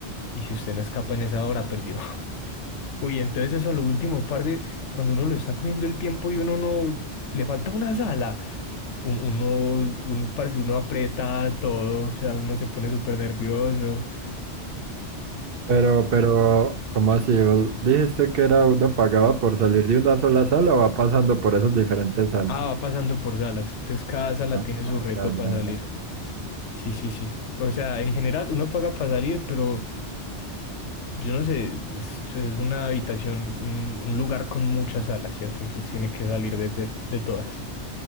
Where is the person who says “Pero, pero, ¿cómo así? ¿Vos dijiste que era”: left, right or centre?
Right